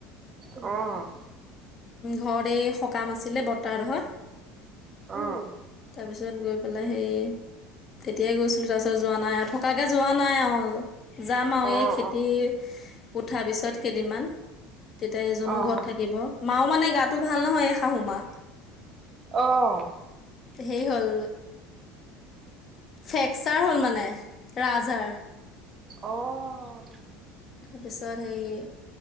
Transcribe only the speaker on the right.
অ'
অঁ
অঁ
অঁ
অঁ
অ'
অ'